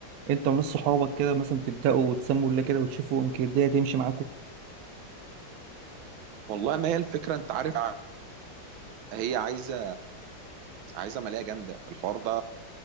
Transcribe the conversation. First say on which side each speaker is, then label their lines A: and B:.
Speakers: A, on the right; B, on the right.
A: انت وناس صحابك كده مثلا تبدأوا تسموا الله كده وتشوفوا يمكن الدنيا تمشي معاكم
B: والله ما هي الفكره انت عارف هي عايزه عايزه ماليه جامده الحوار ده